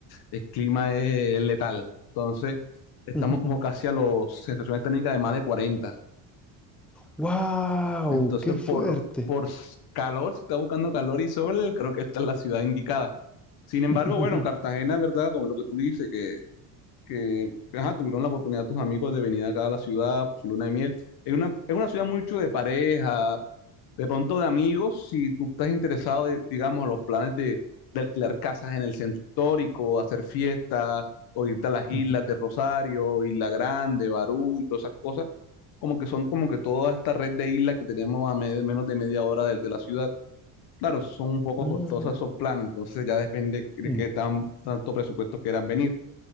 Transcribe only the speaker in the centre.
<laughs>
¡Wow!
¡Qué fuerte!
<laughs>
Ujú.
Ah,
mm,